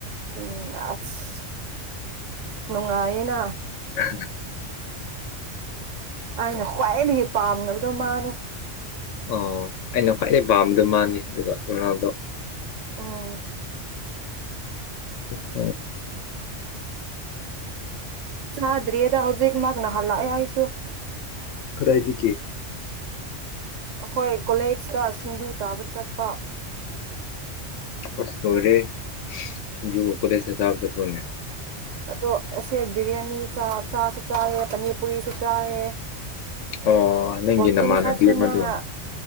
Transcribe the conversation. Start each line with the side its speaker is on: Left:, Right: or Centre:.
Right: ꯎꯝ ꯑꯁ ꯅꯨꯡꯉꯥꯏꯌꯦꯅ
Left: ꯎ
Right: ꯑꯩꯅ ꯈ꯭ꯋꯥꯏꯗꯒꯤ ꯄꯥꯝꯅꯕꯗꯣ ꯃꯥꯅꯦ
Left: ꯑꯣ ꯑꯩꯅ ꯈ꯭ꯋꯥꯏꯗꯒꯤꯩ ꯄꯥꯝꯕꯗꯣ ꯃꯥꯅꯤ ꯑꯗꯨꯒ ꯔꯣꯅꯥꯜꯗꯣ
Right: ꯎꯝ
Left: ꯎꯝꯦ
Right: ꯀ ꯆꯥꯗ꯭ꯔꯤꯌꯦꯗ ꯍꯧꯖꯤꯛ ꯃꯥꯒ ꯅꯍꯜꯂꯑ ꯌꯥꯁꯨ
Left: ꯈꯗꯥꯏꯗꯤ ꯀꯦ
Right: ꯑꯩꯈꯣꯏ ꯀꯣꯂꯦꯖꯇ ꯁꯤꯡꯖꯨ ꯆꯥꯕ ꯆꯠꯄ
Left: ꯎ ꯇꯣꯔꯦ ꯈꯟꯖꯨ ꯀꯧꯕ ꯈꯨꯂꯦ ꯁ ꯁꯥꯐ ꯐꯣꯟꯅꯦ
Right: ꯑꯗꯣꯁꯦ ꯕꯤꯔꯌꯥꯅꯤ ꯆꯥ ꯆꯥꯁꯨ ꯆꯥꯏꯦ ꯄꯅꯤꯔ ꯄꯨꯨꯔꯤꯁꯨ ꯆꯥꯏꯦ
Left: ꯑꯣ ꯅꯪꯒꯤ
Right: ꯋꯥꯀꯤꯡ
Left: ꯅꯃꯥꯟꯅꯕꯤ
Right: ꯁꯥ
Left: ꯑꯃꯗꯣ
Right: ꯅ